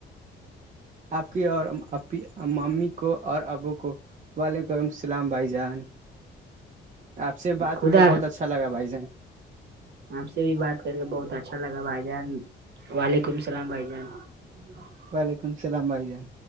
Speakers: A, on the right; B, on the right.
A: آپ کی اور ا مامی کو اور ابو وعلیکم اللام بھائی جان آپ سے بات کر
B: خدا
A: کے بہت اچھا اچھاگا بائی
B: آپ سے بھی بات کر کے بہت اچھا لگا بھائی جان وعلیکم السلام بھائی جان <unintelligible>
A: وعلیکم السلام بھائی جان